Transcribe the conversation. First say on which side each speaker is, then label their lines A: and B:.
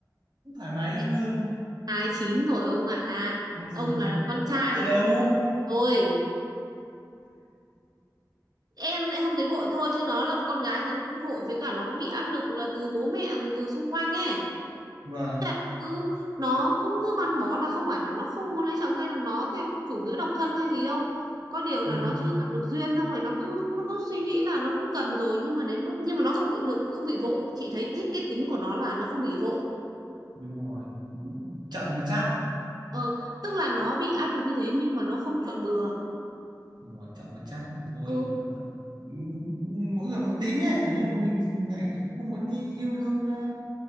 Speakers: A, on the right; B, on the right.
A: cũng thoải mái yêu
B: Chị
A: đương
B: hai chín rồi ông ạ
A: hai
B: ông
A: chín
B: là con trai
A: hai
B: thì
A: đâu
B: ông không thấy vội thôi em lại không thấy vội thôi chứ nó là con gái thì nó cũng vội với cả nó cũng bị áp lực là từ bố mẹ rồi từ xung quanh ấy
A: vâng
B: Thế là nó cứ nó cũng cứ băn bó là không phải là nó không muốn lấy chồng hay là nó theo chủ nghĩa độc thân hay gì đâu. Có điều là
A: ừ,
B: nó chưa gặp được duyên xong rồi nó cứ nó cứ suy nghĩ là nó cũng cần rồi nhưng mà đến lúc nhưng mà nó không bị được không bị vội. Chị thấy thích cái tính của nó là nó không bị vội.
A: đúng rồi Cũng chậm mà chắc
B: Ờ, tức là nó bị áp lực như thế nhưng mà nó không chọn bừa.
A: đúng rồi, chậm mà chắc cũng thôi
B: Ừ,
A: cũng được Ừ, mỗi người một tính ấy kiểu như mình lại không muốn đi yêu đương ờ,